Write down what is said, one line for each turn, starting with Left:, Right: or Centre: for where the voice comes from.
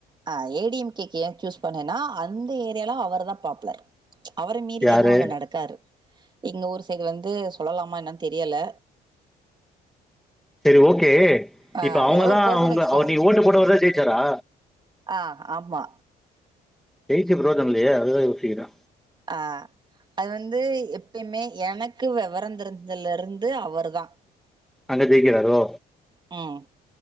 Right: அ ஏ டி எம் கே க்கு ஏ சூஸ் பண்ணேனா அந்த ஏரியாலா அவர் தா பாப்புலர் அவர மீறி
Centre: யாரு
Right: எதுவு அங்க நடக்காது எங்க ஊர் சைடு வந்து சொல்லலாமா என்னான்னு தெரியல
Centre: சேரி ஓகே
Right: ஆ
Centre: இப்ப அவுங்கதா
Right: ஏதோ ஒரு பர்சன்
Centre: அவுங்க
Right: வச்சுக்கோங்க
Centre: அவர் நீங் ஓட்டு போட்டவர்தா ஜெயிச்சாரா
Right: ஆ ஆமா
Centre: ஜெயிச்சி புரியோஜனம் இல்லையே அதுதா யோசிக்கிறே
Right: அ அது வந்து எப்பயுமே எனக்கு வெவரம் தெரிஞ்சதுல இருந்து அவர்தா
Centre: அங்க ஜெயிக்கிறாரோ
Right: ம்